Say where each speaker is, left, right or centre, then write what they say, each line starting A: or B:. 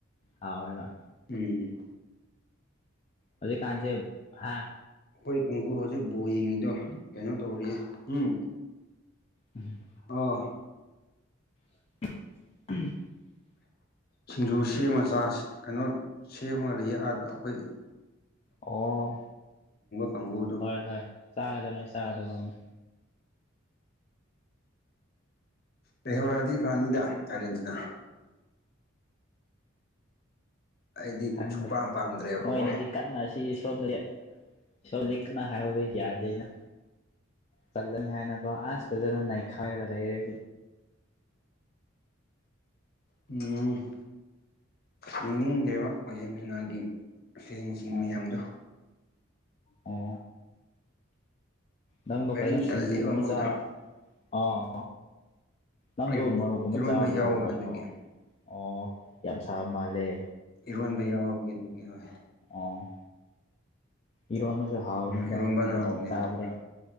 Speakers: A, on the left (about 30°); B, on the left (about 50°).
A: ꯍꯥꯎꯋꯦꯕ
B: ꯎꯝ ꯎꯝ
A: ꯍꯧꯖꯤꯛꯀꯥꯟꯁꯦ ꯍꯥꯥ
B: ꯑꯩꯈꯣꯏ ꯀꯥꯡꯀꯨ ꯍꯧꯖꯤꯛ ꯕꯣꯜ ꯌꯦꯡꯉꯤꯗꯣ ꯀꯩꯅꯣ ꯇꯧꯔꯤꯌꯦ ꯎꯝ
A: ꯎꯝ
B: ꯑꯣ
A: <unintelligible>
B: ꯁꯤꯡꯖꯨ ꯁꯦꯝꯃ ꯆꯥꯁꯤ ꯀꯩꯅꯣ ꯁꯦꯝꯃꯒ ꯂꯩꯌꯦꯑꯗ ꯑꯩꯈꯣꯏꯗ
A: ꯑꯣ
B: ꯀꯥꯡꯕꯨꯗꯣ
A: ꯍꯣꯏ ꯍꯣꯏ ꯆꯥꯒꯗꯕꯅꯦ ꯆꯥꯒꯗꯕ ꯑꯅꯦ
B: ꯂꯩꯍꯧꯔꯗꯤ ꯐꯅꯤꯗ ꯑꯥꯔꯖꯦꯟꯇꯤꯅꯥ ꯑꯩꯗꯤ
A: ꯈꯗ
B: ꯁꯨꯡꯄꯥꯝ ꯄꯥꯝꯗ꯭ꯔꯦꯕꯀꯣ
A: ꯃꯣꯏꯅꯗꯤ ꯀꯟꯅꯁꯤ ꯁꯣꯝꯗꯗꯤ ꯁꯣꯝꯗꯤ ꯀꯟꯅ ꯍꯥꯏꯍꯧꯔꯤ ꯌꯥꯗꯦꯅ ꯇꯜꯂꯅꯤ ꯍꯥꯏꯅ ꯑꯣ ꯑꯁ ꯐꯖꯅ ꯅꯥꯏꯈꯥꯏꯔꯒ ꯂꯩꯔꯁꯤ
B: ꯎꯝ ꯌꯦꯡꯅꯤꯡꯗꯦꯕ ꯑꯥꯔꯖꯦꯟꯇꯤꯅꯥꯒꯤ ꯐꯦꯟꯁꯤꯡ
A: ꯎꯝ
B: ꯃꯌꯥꯝꯗꯣ
A: ꯑꯣ ꯅꯪꯗꯣ
B: ꯕꯦꯔꯤꯡ
A: ꯀꯩꯅꯣ ꯁꯤꯡꯖꯨꯒꯨꯝꯕ
B: ꯀꯜꯂꯦꯕ ꯃꯣꯏꯗꯣ
A: ꯆꯥ ꯑꯥ ꯅꯪꯗꯣ
B: ꯑꯩꯗꯤ
A: ꯃꯔꯣꯛꯀꯨꯝꯕ
B: ꯏꯔꯣꯟꯕ
A: ꯆꯥꯕ꯭ꯔꯣ
B: ꯌꯥꯎꯕ
A: ꯀꯩꯅꯣ
B: ꯑꯗꯨꯒꯤ
A: ꯑꯣ ꯌꯥꯝ ꯁꯥꯕ ꯃꯥꯜꯂꯦ
B: ꯑꯔꯣꯟꯕ ꯌꯥꯎꯕꯒꯤ ꯑꯗꯨꯒꯤ ꯍꯣꯏ
A: ꯑꯣ ꯏꯔꯣꯟꯕꯁꯨ ꯍꯥꯎꯕꯅꯤꯗ
B: ꯏꯔꯣꯟꯕꯅ
A: ꯑꯗꯨꯝ
B: ꯍꯥꯎꯕꯅꯦ
A: ꯆꯥꯕꯗ
B: ꯑꯗꯨꯒꯤ